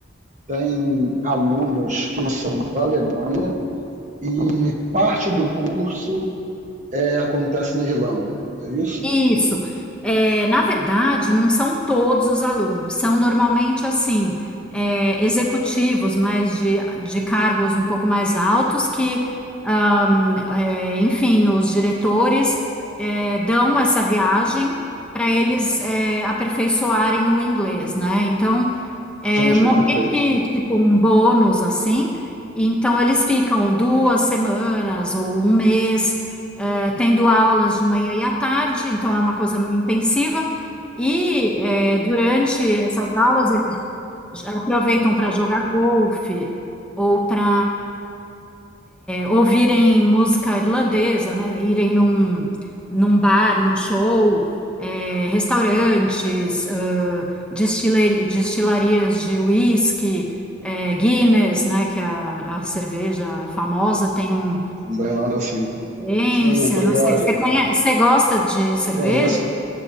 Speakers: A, on the right (about 40°); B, in the centre.
A: tem alunos que são da Alemanha e parte do curso é, acontece na Irlanda. É isso?
B: Isso. É, na verdade, não são todos os alunos, são normalmente assim, é, executivos, mas de, de cargos um pouco mais altos que, ahm, é, enfim, os diretores, é, dão essa viagem para eles, é, aperfeiçoarem o inglês, né? Então, é
A: Entendi,
B: mo-
A: perfeito.
B: meio que tipo um bônus assim. Então, eles ficam duas semanas ou um mês eh, tendo aulas de manhã e à tarde, então é uma coisa meio intensiva. E eh, durante essas aulas eles já aproveitam para jogar golfe ou para ouvirem música irlandesa, né? Irem num, num bar, num show, eh, restaurantes, ãh, destile- destilarias de whisky, eh, Guinness, né? Que é a, a cerveja famosa tem um
A: Da Irlanda, sim.
B: Experiência,
A: Sim, tô ligado.
B: não sei. Você conhece, você gosta de cerveja?
A: Ué, é essa